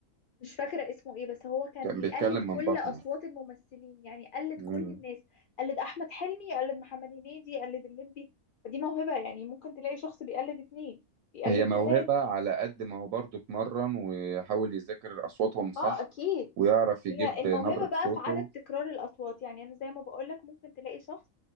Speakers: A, on the left; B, on the right.
A: مش فاكره اسمه ايه بس هو كان
B: كان
A: بيقلد
B: بيتكلم
A: كل
B: من بطنه
A: اصوات الممثلين يعني قلد
B: مم.
A: كل الناس قلد احمد حلمي قلد محمد هنيدي قلد الليمبي فدي موهبه يعني ممكن تلاقي شخص بيقلد اتنين بيقلد
B: هي موهبة
A: تلاته
B: على قد ما هو برضه اتمرن ويحاول يذاكر أصواتهم صح
A: اه اكيد
B: ويعرف
A: هي
B: يجيب
A: الموهبة
B: نبرة
A: بقى
B: صوته
A: في عدد تكرار الاصوات يعني انا زي ما بقولك ممكن تلاقي شخص